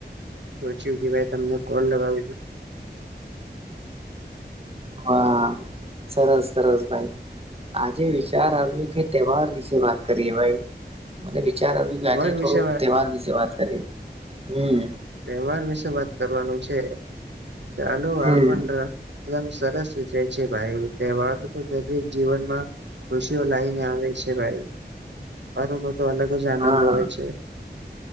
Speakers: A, on the right; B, on the right.
A: સોચ્યું કહેવાય તમને કૉલ લગાવું <unintelligible>
B: હા સરસ સરસ ભાઈ. આજે વિચાર આવ્યો કે તહેવાર વિશે વાત કરીએ ભાઈ મને વીચાર આવ્યુ
A: તહેવાર
B: આજે થોડું
A: વિશે વાત
B: તહેવાર વિશે વાત કરીએ હમ્મ.
A: તહેવાર વિશે વાત કરવાનું છે ચાલો હ
B: હમ
A: પણ <unintelligible> સરસ વિષય છે ભાઈ તહેવાર તો દરેક જીવનમાં ખુશીઓ લાઈને આવે છે ભાઈ મારું તો તો અલગ જ આનંદ
B: હા
A: હોય છે.